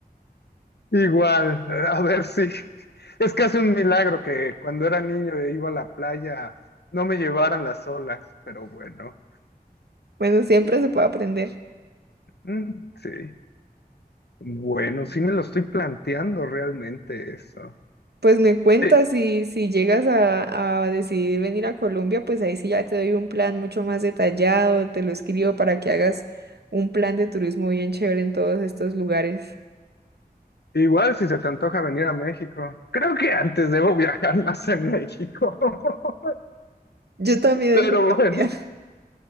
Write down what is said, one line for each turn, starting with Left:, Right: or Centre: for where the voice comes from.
Left: Igual, a ver si... <laughs> Es casi un milagro que cuando era niño e iba a la playa no me llevaran las olas, pero bueno,
Right: Bueno, siempre se puede aprender.
Left: Mm, sí. Bueno, sí me lo estoy planteando realmente eso.
Right: Pues me cuentas
Left: Eh,
Right: si, si llegas a, a decidir venir a Colombia, pues ahí sí ya te doy un plan mucho más detallado, te lo escribo para que hagas un plan de turismo bien chévere en todos estos lugares.
Left: Igual si se te antoja venir a México. Creo que antes debo viajar <laughs> más en México. <laughs>
Right: Yo también
Left: Pero
Right: en Colombia.
Left: bueno,